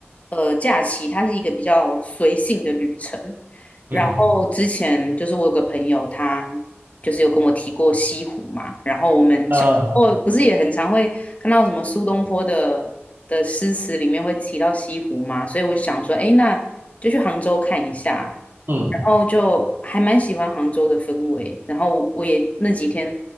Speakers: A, on the left; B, on the right.
A: 呃假期，它是一个比较随性的旅程。然后之前就是我有个朋友，
B: 嗯，
A: 他就是有跟我提过西湖嘛，然后我们小时候不是也很常会看到什么苏东坡的的诗词里面会提到西湖嘛，
B: 嗯，
A: 所以我就想说，哎，那就去杭州看一下，
B: 嗯，
A: 然后就还蛮喜欢杭州的氛围，然后我也那几天